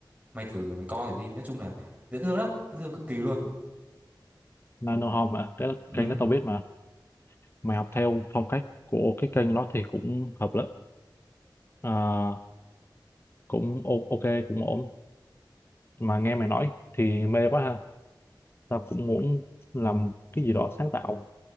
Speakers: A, on the right; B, on the left.
A: mày thử mày coi thử đi nói chung là dễ thương lắm dễ thương cực kỳ luôn
B: Nano Home à cái
A: ừ
B: kênh đó tao biết mà mày học theo phong cách của cái kênh đó thì cũng hợp lắm à, cũng o- ok cũng ổn mà nghe mày nói thì mê quá ha tao cũng muốn làm cái gì đó sáng tạo